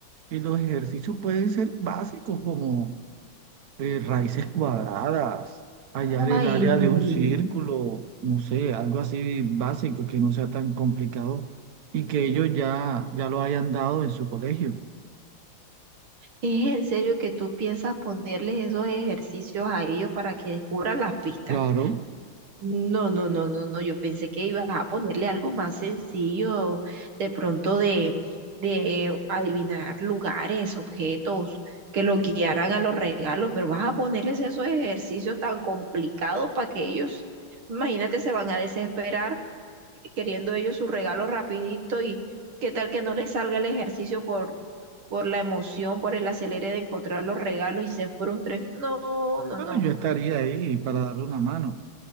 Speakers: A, on the right; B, on the right.
A: y los ejercicios pueden ser básicos como eh, raíces cuadradas, hallar el
B: Ay,
A: área
B: no.
A: de un círculo, no sé, algo así básico que no sea tan complicado y que ellos ya, ya lo hayan dado en su colegio.
B: ¿es en serio que tú piensas ponerles esos ejercicios a ellos para que descubran las pistas?
A: Claro,
B: No, no, no, no, no. Yo pensé que ibas a ponerle algo más sencillo, de pronto de, de adivinar lugares, objetos, que lo guiaran a los regalos, pero vas a ponerles esos ejercicios tan complicados para que ellos, imagínate, se van a desesperar queriendo ellos su regalo rapidito y qué tal que no les salga el ejercicio por, por la emoción, por el acelere de encontrar los regalos y se frustren. No, no,
A: pero
B: no.
A: yo estaría ahí para darle una mano.